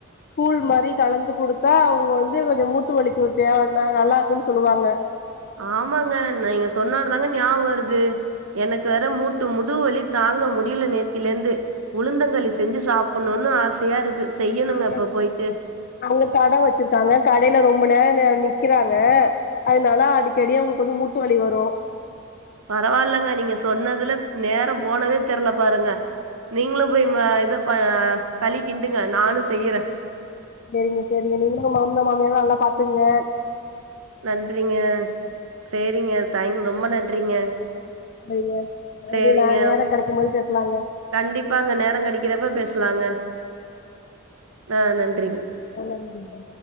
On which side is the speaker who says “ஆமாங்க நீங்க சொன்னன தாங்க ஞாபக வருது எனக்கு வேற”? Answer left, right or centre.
Right